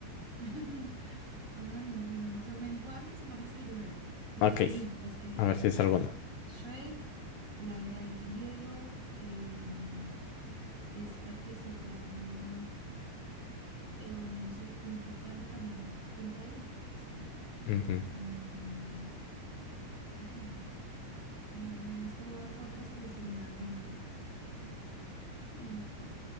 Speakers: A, on the right; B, on the left.
A: <laughs> Ay, bueno, no sé, men- voy a mencionar las que yo veo, las
B: Ok.
A: que vi, las que vi. Entonces,
B: A ver si es alguna.
A: Shrek, La Era del Hielo, em, esta que se llama, eh, bueno, no sé, Kung Fu Panda también entra ahí, sí.
B: Ujú.
A: Mm, ay, me, me he visto o- otras, pero se me va el nombre. Ay,